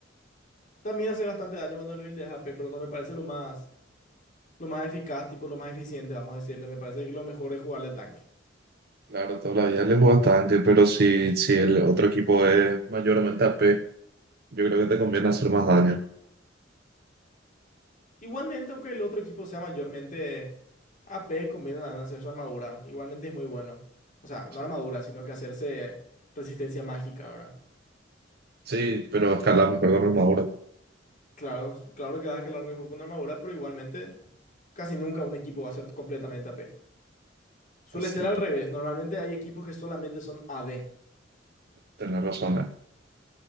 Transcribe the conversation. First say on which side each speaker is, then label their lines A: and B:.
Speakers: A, on the left; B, on the right.
A: También hace bastante daño cuando lo buildeas AP, pero no me parece lo más, lo más eficaz, tipo lo más eficiente, vamos a decirle. Me parece que lo mejor es jugarle tanque.
B: Claro, todavía les juegas tanque, pero si, si el otro equipo es mayormente a AP, yo creo que te conviene hacer más daño.
A: Igualmente, aunque el otro equipo sea mayormente AP, conviene también hacerse armadura. Igualmente es muy bueno. O sea,
B: Sí,
A: no armadura, sino que hacerse resistencia mágica, ¿verdad?
B: Sí, pero escalas mejor con armadura.
A: Claro, claro que vas a escalar mejor con armadura, pero igualmente casi nunca un equipo va a ser completamente AP. Suele
B: Así,
A: ser al revés. Normalmente hay equipos que solamente son AD.
B: tenés razón. eh.